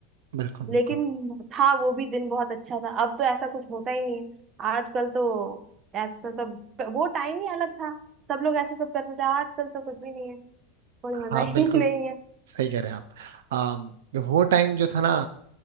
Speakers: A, on the right; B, on the right.
A: बिल्कुल बिल्कुल
B: लेकिन था वो भी दिन बहुत अच्छा था अब तो ऐसा कुछ होता ही नहीं है आजकल तो ऐसा सब वो टाइम ही अलग था सब लोग ऐसा सब करते थे आजकल तो कुछ भी नहीं है कोई
A: हाँ
B: मजा ही
A: बिल्कुल
B: <laughs> नहीं है
A: सही कह रहे हैं आप आ, वो टाइम जो था ना